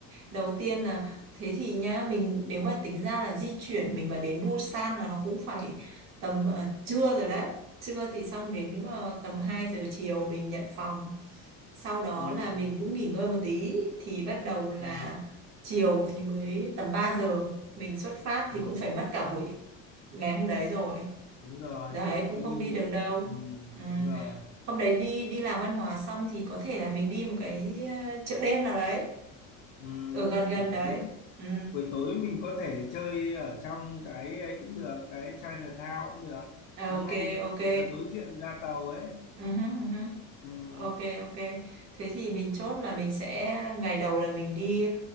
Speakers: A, on the right (about 50°); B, on the left (about 60°).
A: đầu tiên là thế thì nhá mình nếu mà tính ra là di chuyển mình mà đến Busan là nó cũng phải tầm ờ, trưa rồi đấy trưa thì xong đến ờ, tầm 2 giờ chiều mình nhận phòng sau đó
B: ừ,
A: là mình cũng nghỉ ngơi một tí thì bắt đầu là
B: ừ,
A: chiều thì mới tầm 3 giờ mình xuất phát
B: ừ.
A: thì cũng phải mất cả buổi ngày hôm đấy rồi
B: đúng rồi
A: Đấy
B: coi
A: cũng không
B: như
A: đi được đâu.
B: ừ,
A: Ừ.
B: đúng rồi
A: Hôm đấy đi đi làm văn hóa xong thì có thể là mình đi một cái ờ, chợ đêm nào đấy
B: ừ,
A: ở gần gần
B: buổi
A: đấy.
B: tối
A: Ừ.
B: buổi tối mình có thể chơi ở trong cái ấy cũng được cái Chinatown cũng được
A: Ờ,
B: nó
A: Ok
B: ngay
A: ok.
B: ờ, đối diện ga tàu ấy
A: Ừ, hứ, ừ, hứ.
B: ừ,
A: Ok ok. Thế thì mình chốt là mình sẽ ngày đầu là mình đi